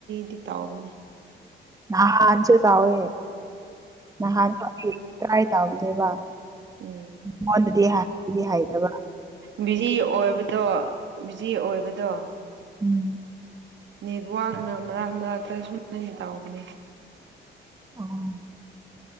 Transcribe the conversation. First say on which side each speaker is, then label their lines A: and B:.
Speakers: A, on the right; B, on the right.
A: ꯖꯤ ꯇꯥꯎꯕꯅꯦ
B: ꯅꯍꯥꯟꯁꯨ ꯇꯥꯎꯋꯦ ꯅꯍꯥꯟꯁꯨ ꯑꯩ ꯇ꯭ꯔꯥꯏ ꯇꯥꯎꯏꯅꯦꯕ
A: ꯎꯝ
B: ꯃꯉꯣꯟꯗꯗꯤꯥꯟ ꯍꯥꯏ ꯑꯦꯕ
A: ꯕꯤꯖꯤ ꯑꯣꯏꯕꯗꯣ ꯖꯤ ꯑꯣꯏꯕꯗꯣ
B: ꯎꯝ
A: ꯅꯦꯠꯋꯥꯛꯅ ꯃꯔꯛ ꯃꯔꯥꯛꯛꯇꯁꯨꯃꯥꯏ ꯇꯥꯎꯕꯅꯤ
B: ꯑꯣ